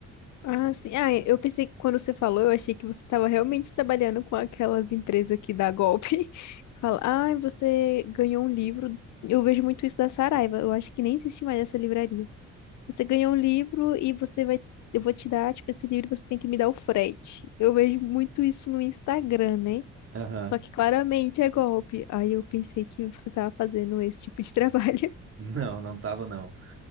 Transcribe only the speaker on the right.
Aham.
Não, não tava, não.